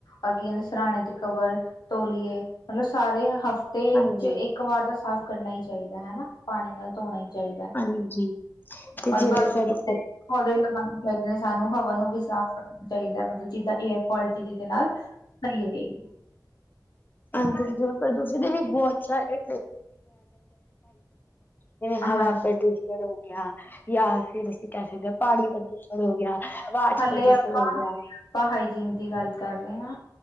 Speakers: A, on the left; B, on the left.
A: ਓਰ ਕੀ ਕੈਂਦੇ ਸਰਾਣੇ ਦੇ ਕਵਰ ਤੋਲੀਏ ਮਤਲਬ ਸਾਰੇ ਹਫ਼ਤੇ
B: ਹਾਂਜੀ,
A: ਚ ਇੱਕ ਇਕ ਵਾਰ ਤਾਂ ਸਾਫ਼ ਕਰਨਾ ਈ ਚਾਈਦਾ ਹੈਨਾ ਪਾਣੀ ਨਾਲ ਧੋਣਾ ਈ ਚਾਈਦੈ।
B: ਹਾਂਜੀ। ਤੇ
A: <inaudible>
B: ਜਿਵੇਂ ਸਾਡੇ ਪ
A: ਪੌਦੇ ਲਗਾਣੇ ਚਾਈਦੇ ਨੇ ਸਾਨੂੰ ਹਵਾ ਨੂੰ ਵੀ ਸਾਫ਼ <unintelligible> ਚਾਈਦੈ ਮਤਲਬ ਜਿੱਦਾਂ ਏਅਰ ਕੁਆਲਿਟੀ ਜਿਦੇ ਨਾਲ ਸਈ ਰੇ।
B: ਹਾਂਜੀ ਪ੍ਰਦੂਸ਼ਣ ਦੇ ਵੀ ਬੋਹਤ ਸਾਰੇ <inaudible> ਜਿਵੇਂ ਹਵਾ
A: ਹਾਂਜੀ
B: ਪ੍ਰਦੂਸ਼ਣ ਹੋ ਗਿਆ, ਯਾਂ ਫੇਰ ਅਸੀਂ ਕੈ ਸਕਦੇ ਪਾੜੀ ਪ੍ਰਦੂਸ਼ਣ ਹੋ ਗਿਆ ਰਾਜ
A: ਹਾਲੇ
B: ਪ੍ਰਦੂਸ਼ਣ
A: ਆਪਾਂ
B: ਹੋ ਗਿਆ
A: ਆਪਾਂ ਹਾਈਜੀਨ ਦੀ ਗੱਲ ਕਰ ਰਿਆ